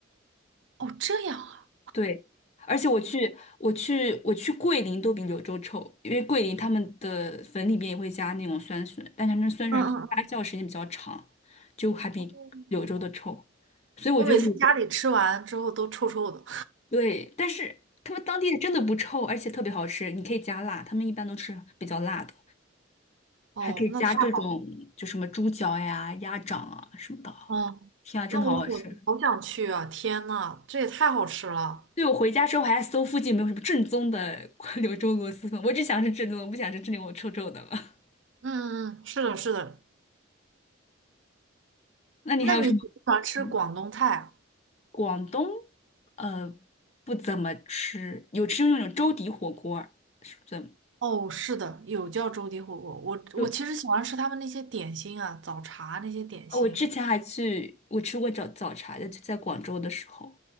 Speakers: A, on the right; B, on the left.
A: 哦，这样啊！
B: 对，而且我去，我去，我去桂林都比柳州臭，因为桂林他们的粉里面也会加那种酸笋，但他们酸笋可能发酵时间比较长，
A: 嗯嗯
B: 就还比柳州的臭。
A: 嗯，哦，
B: 所以我觉得柳州
A: 我每次家里吃完之后都臭臭的。
B: 对，但是他们当地的真的不臭，而且特别好吃，你可以加辣，他们一般都吃比较辣的，
A: 哦，
B: 还可以加各种就什么猪脚呀、
A: 那太好了。
B: 鸭掌啊什么的啊。
A: 嗯，
B: 天啊，真的好好吃！
A: 那我好好想去啊！天呐，这也太好吃了。
B: 对，我回家之后还搜附近有没有什么正宗的 <laughs> 柳州螺蛳粉，我只想吃正宗的，我不想吃这里我臭臭的了。
A: 嗯嗯嗯，是的，是的。
B: <laughs> 那你还有什么？
A: 那你喜不喜欢吃广东菜啊？
B: 嗯广东呃不怎么吃，有吃那种粥底火锅儿是不怎么？
A: 哦，是的，有叫粥底火锅。我我其实喜欢吃他们那些点心啊，
B: 就
A: 早茶那些点心。
B: 哦我之前还去我吃过早早茶的，就在广州的时候，